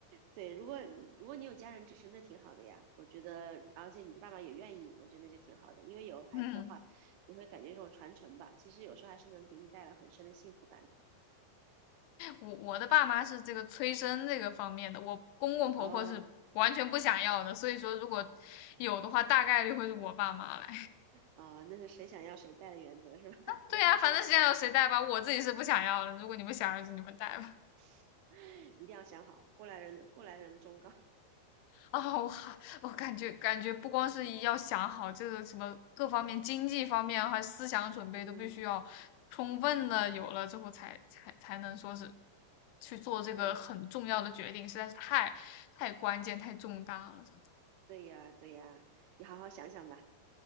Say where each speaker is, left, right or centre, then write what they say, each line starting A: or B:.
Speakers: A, on the right (about 85°); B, on the left (about 85°).
A: 对，如果如果你有家人支持，那挺好的呀。我觉得，而且你爸爸也愿意，我觉得那就挺好的。因为有孩子的话，
B: 嗯，
A: 你会感觉这种传承吧，其实有时候还是能给你带来很深的幸福感的。
B: 我我的爸妈是这个催生这个方面的，我公公婆婆是完全不想要的，
A: 哦，
B: 所以说如果有的话，大概率会是我爸妈来。
A: 哦，那是谁想要谁带的原则是吧？<laughs> 也很正常，
B: 对呀、啊反正现在有谁带吧，我自己是不想要了。如果你们想要，就你们带吧。
A: <laughs> 一定要想好，过来人，过来人的忠告。
B: <laughs> 啊，我还我感觉感觉不光是要想好这个什么各方面、经济方面还思想准备都必须要充分的有了之后才，
A: <laughs> 嗯，
B: 才才才能说是去做这个很重要的决定，
A: 对，
B: 实在是太太关键、太重大了，真的
A: 对呀，对呀，你好好想想吧。